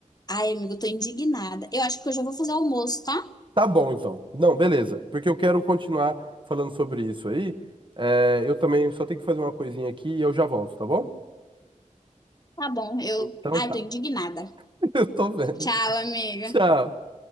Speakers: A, on the left; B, on the right.
A: Ai, amigo, eu tô indignada. Eu acho que eu já vou fazer almoço, tá?
B: Tá bom, então. Não, beleza. Porque eu quero continuar falando sobre isso aí. É, eu também só tenho que fazer uma coisinha aqui e eu já volto, tá bom?
A: Tá bom, eu.
B: Então
A: Ai,
B: tá.
A: tô indignada.
B: <laughs> Eu tô vendo.
A: Tchau, amiga.
B: Tchau.